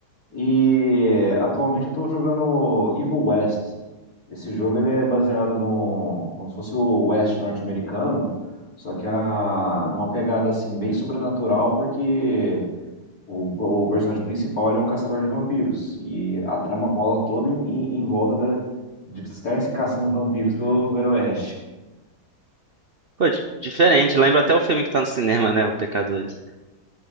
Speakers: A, on the left (about 45°); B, on the right (about 75°).
A: e atualmente eu tô jogando Evil West. Esse jogo ele é baseado no, como se fosse o West norte-americano, só que a, numa pegada assim bem sobrenatural, porque O, o personagem principal, ele é um caçador de vampiros. E a trama rola toda em, em- em volta da, de estar se caçando vampiros pelo Velho Oeste.
B: Pô, di- diferente. Lembra até o filme que tá no cinema, né? O Pecadores.